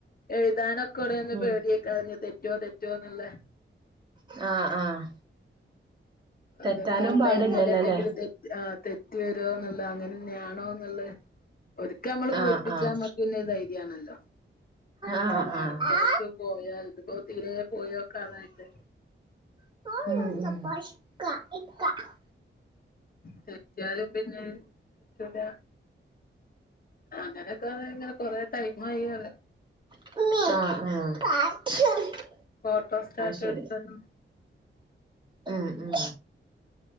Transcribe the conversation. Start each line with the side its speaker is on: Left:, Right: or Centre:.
Left: എഴുതാനൊക്കെ ഒവ്ടേന്ന്
Right: ഉം
Left: പേടിയെ ക്കാഞ്ഞി <unintelligible> റ്റോ തെറ്റോന്ന്ള്ളേ
Right: <inaudible> ആഹ് ആഹ്
Left: എന്തെങ്കിലമ്മളെഴുതീലെന്തെങ്കിലും
Right: തെറ്റാനും പാടില്ലല്ലോല്ലേ
Left: തെറ്റ് ആ തെറ്റ് വരോന്നുള്ള അങ്ങനെന്നെ ആണോന്നുള്ളെ. ഒരിക്കമ്മള് പൂരിപ്പിച്ചാമ്മക്ക്
Right: ആഹ് ആഹ്
Left: പിന്നെ ധൈര്യാണല്ലോ.
Right: ആഹ് ആഹ്
Left: എട്ക്കട്ക്ക്
Right: ആഹ്
Left: പോയാൽ ഇതിപ്പം തീരേ പോയോക്കാതായിട്ട്
Right: <inaudible> ഉം ഉം ഉം <inaudible>
Left: തെറ്റ്യാലും പിന്നെ <unintelligible> ല. അങ്ങനൊക്കെ അതെ ഇങ്ങനെ കൊറേ ടൈമായ്യീ അറിയ.
Right: <inaudible> ആഹ് ആഹ്. <inaudible>
Left: ഫോട്ടോ സ്റ്റാറ്റ്
Right: അത് ശരി
Left: എടുത്തനും
Right: ഉം ഉം